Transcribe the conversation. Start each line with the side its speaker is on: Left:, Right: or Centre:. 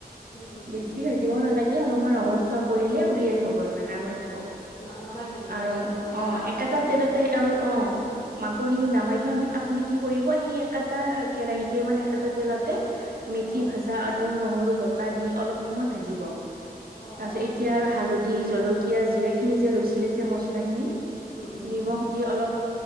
Left: উম, উম।
Right: বেছি
Left: উম
Right: ভাজিব নালাগে, অলপমান ৰঙচুৱা পৰিলে উলিয়াই থ'ব তাৰমানে নামাই থ'ব।
Left: ন নমাই থৈ দিম বেলেগ
Right: আৰু
Left: এখন বেলেগ
Right: অ',
Left: এটা পাত্ৰত
Right: একেটা
Left: ন
Right: তেলত আৰু অ মাংস খিনি নামাই থৈ আমি আপুনি কি কৰিব সেই একেটা কেৰাহিত তেতিয়া মানে একেটা তেলতে মেথি
Left: অ
Right: ভাজা আদৰ নহৰু বটা দি অলপ সময় ভাজিব।
Left: অ
Right: তাৰ পিছত
Left: অ
Right: এতিয়া
Left: অ
Right: আৰু হালধি জলকীয়া জিৰা খিনি যে লৈছিলে যে মচলা খিনি
Left: উম, উম,
Right: নিমখ
Left: উম।
Right: দি অলপ